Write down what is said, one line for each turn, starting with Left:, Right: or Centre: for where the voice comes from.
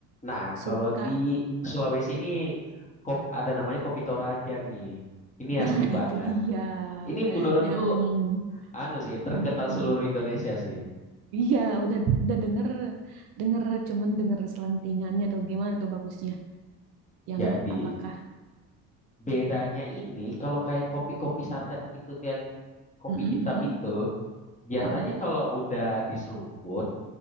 Left: Nah,
Right: suka.
Left: kalau di Sulawesi ini kop- ada namanya Kopi Toraja nih. Ini asli
Right: Nah,
Left: banget.
Right: itu dia
Left: Ini menurutku
Right: yang
Left: anu sih terkenal
Right: Mm-mm.
Left: seluruh Indonesia sih.
Right: Iya, udah udah denger denger cuman denger selentingannya atau gimana tuh bagusnya? Yang
Left: Jadi
Right: apakah?
Left: bedanya ini kalau kayak kopi-kopi saset gitu kayak kopi
Right: Mm-mm,
Left: hitam
Right: mm-mm,
Left: itu biasanya
Right: mm-mm,
Left: kalau udah diseruput